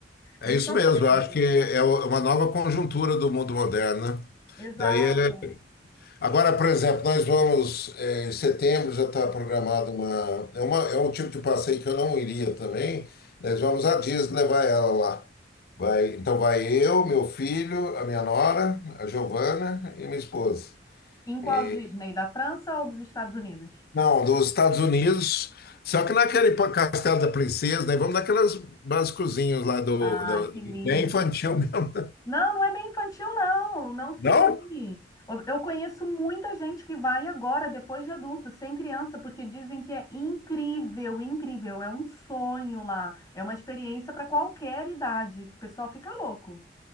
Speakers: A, on the left; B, on the left.
A: É
B: Ele
A: isso
B: tá aprende.
A: mesmo, eu acho que é é uma nova conjuntura do mundo moderno, né?
B: Exato.
A: Daí é... Agora, por exemplo, nós vamos, eh, em setembro já está programado uma... É uma... é um tipo de passeio que eu não iria também, nós vamos a Disney levar ela lá. Vai... Então vai eu, meu filho, a minha nora, a Giovana e minha esposa.
B: Em
A: E...
B: qual Disney? Da França ou dos Estados Unidos?
A: Não, dos Estados Unidos, só que naquele pa- Castelo da Princesa, nós vamos naquelas basicozinhos lá do...
B: Ai,
A: do...
B: que lindo.
A: bem infantil mesmo.
B: Não, não é bem infantil, não. Não se
A: <laughs>
B: engane.
A: Não?
B: Eu eu conheço muita gente que vai agora, depois de adulto, sem criança, porque dizem que é incrível, incrível. É um sonho lá. É uma experiência para qualquer idade. O pessoal fica louco.